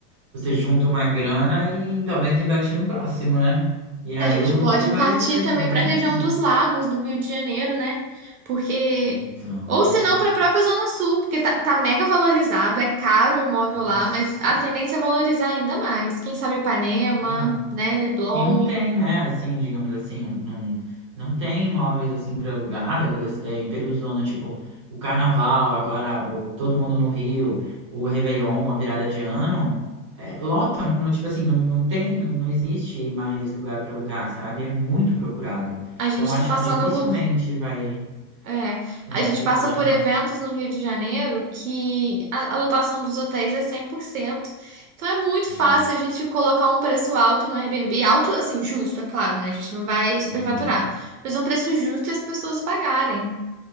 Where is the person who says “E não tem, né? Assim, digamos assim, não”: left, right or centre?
Right